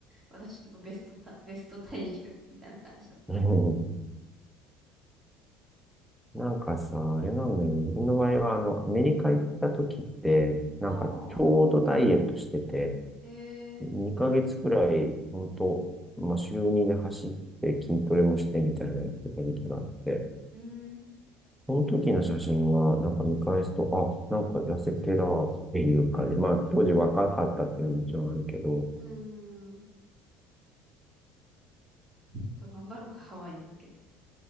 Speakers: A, on the right (about 25°); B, in the centre.
A: 私のベストタ、ベスト体重みたいな感じだっ
B: <laughs> うん。なんかさ、あれなんだよね。自分の場合は、あの、アメリカ行った時って、なんかちょうどダイエットしてて、
A: た。はあ、へえ、
B: 2ヶ月くらい、ほんと、まあ、週2で走って筋トレもしてみたいなやってた時期があって、
A: うん、
B: その時の写真は、なんか見返すと、あ、なんか痩せてらーっていうかじまあ当時若かったっていうのももちろんあるけど、
A: うん、ちょっと頑張るか、ハワイに向けて。